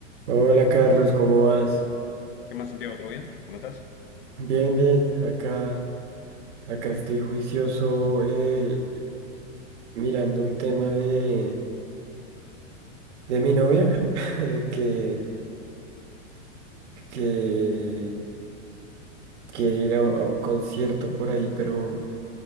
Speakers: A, on the right; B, on the left.
A: Hola Carlos, ¿cómo vas?
B: ¿Qué más, Santiago? ¿Todo bien? ¿Cómo estás?
A: Bien, bien. Acá, acá estoy juicioso eh, mirando un tema de, de mi novia <laughs> eh, que, que quiere ir a, a un concierto por ahí, pero,